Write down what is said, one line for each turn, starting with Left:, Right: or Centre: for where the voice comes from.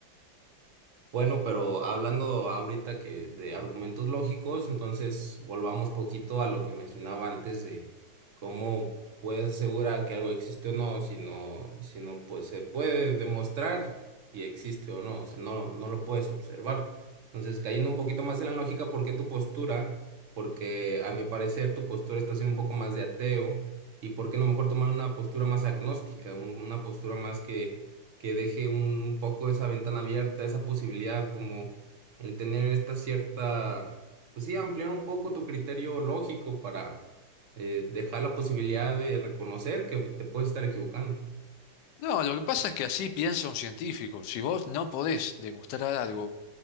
Right: Bueno, pero hablando ahorita que de argumentos lógicos, entonces volvamos poquito a lo que mencionaba antes de cómo puedes asegurar que algo existe o no, si no, si no, pues se puede demostrar si existe o no, o sea, no, no lo puedes observar. Entonces, cayendo un poquito más en la lógica, ¿por qué tu postura? Porque a mi parecer tu postura está siendo un poco más de ateo y por qué no mejor tomar una postura más agnóstica, un- una postura más que que deje un, un poco esa ventana abierta, esa posibilidad, como el tener esta cierta, pues sí, ampliar un poco tu criterio lógico para eh, dejar la posibilidad de reconocer que te puedes estar equivocando.
Left: No, lo que pasa es que así piensa un científico. Si vos no podés demostrar algo,